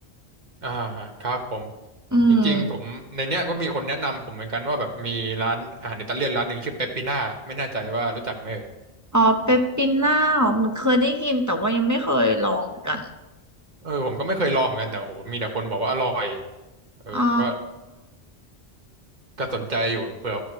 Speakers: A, on the right (about 45°); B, on the right (about 20°).
A: อ่าครับผม
B: อืม
A: จริงๆผมในเนี้ยก็มีคนแนะนำผมเหมือนกันว่าแบบมีร้านอาหารอิตาเลียนร้านหนึ่งชื่อเปปปิน่าไม่แน่ใจว่ารู้จักไหมเอ่ย
B: อ๋อเปปปิน่าเหมือนเคยได้ยินแต่ว่ายังไม่เคยลองเหมือนกัน
A: เออผมก็ไม่เคยลองเหมือนกันแต่โหมีแต่คนบอกว่าอร่อยเออผมก็
B: อ๋อ
A: ก็สนใจอยู่เผื่อ